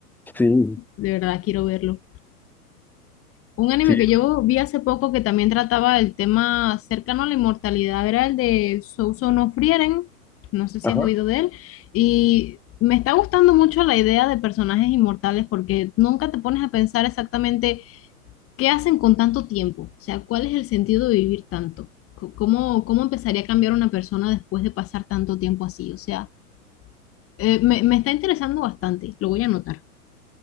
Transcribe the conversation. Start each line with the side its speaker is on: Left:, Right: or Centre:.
Centre: Sí,
Left: De verdad quiero verlo. Un anime
Centre: sí,
Left: que yo vi hace poco que también trataba el tema cercano a la inmortalidad era el de Souso no Frieren, no sé si
Centre: ajá.
Left: has oído de él, y me está gustando mucho la idea de personajes inmortales porque nunca te pones a pensar exactamente qué hacen con tanto tiempo, o sea, cuál es el sentido de vivir tanto, C- cómo, cómo empezaría a cambiar una persona después de pasar tanto tiempo así, o sea, eh, me, me está interesando bastante, lo voy a anotar,